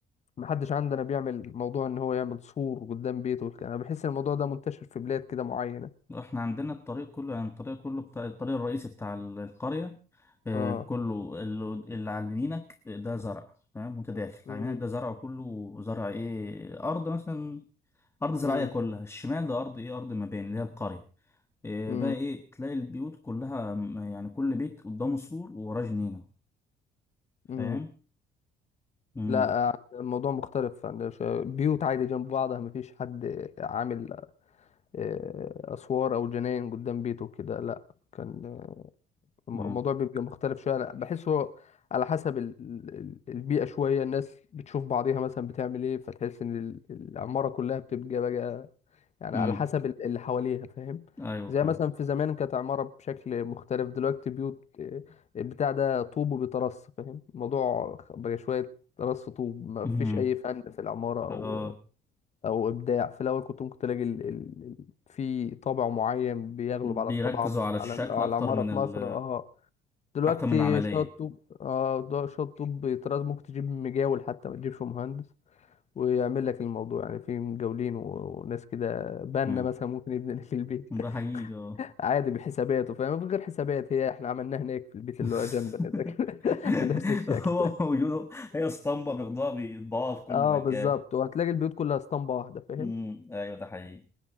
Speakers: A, on the left (about 40°); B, on the left (about 15°).
A: ما حدش عندنا بيعمل موضوع ان هو يعمل سور قدام بيته والكلام انا بحس ان الموضوع ده منتشر في بلاد كده معينه
B: احنا عندنا الطريق كله يعني الطريق كله بتاع الطريق الرئيسي بتاع ال- القرية آه
A: اه
B: كله اللي, اللي على يمينك ده زرع تمام وانت داخل
A: امم
B: على يمينك ده زرع كله زرع ايه أرض مثلا أرض زراعية
A: امم
B: كلها الشمال ده أرض ايه أرض مباني اللي هي القرية إيه
A: امم
B: بقى ايه تلاقي البيوت كلها م- يعني كل بيت قدامه سور ووراه جنينة فاهم
A: امم
B: امم
A: لا الموضوع مختلف عندنا شوية. بيوت عادي جنب بعضها مفيش حد عامل آه، اسوار او جناين قدام بيته كده لا كان آه، الموضوع
B: امم
A: بيبقى مختلف شويه لا بحسه على حسب ال- ال- البيئه شويه الناس بتشوف بعضيها مثلا بتعمل ايه فتحس ان ال- العماره كلها بتبقى بقى يعني
B: امم
A: على حسب ال- اللي حواليها فاهم
B: ايوه
A: زي
B: فاهم
A: مثلا في زمان كانت عماره بشكل مختلف دلوقتي بيوت آه، البتاع ده طوب وبيترص فاهم الموضوع بقى شويه رص طوب ما
B: امم
A: فيش اي فن في العماره او
B: اه
A: او ابداع في الاول كنت ممكن تلاقي ال... ال... ال- في طابع معين بيغلب
B: بيركزوا
A: على الطباعه في-
B: على
A: على
B: الشكل
A: على
B: اكتر
A: العماره
B: من
A: في
B: ال
A: مصر اه دلوقتي
B: اكتر من العملية
A: شويه طوب اه دو- شويه طوب بيطرد ممكن تجيب مجاول حتى ما تجيبش مهندس ويعمل لك الموضوع يعني في مجاولين و- وناس كده بنا
B: امم
A: مثلا ممكن يبني لك البيت
B: ده
A: <laughs>
B: حقيقي اه
A: عادي بحساباته فاهم من غير حسابات هي احنا عملناها هناك في البيت
B: <laughs>
A: اللي هو جنبنا ده كده <laughs> بنفس الشكل
B: هو موجود هي اسطمبة بياخدوها بيطبعوها في كل
A: اه
B: مكان
A: بالظبط وهتلاقي البيوت كلها اسطمبه واحده فاهم
B: امم ايوه ده حقيقي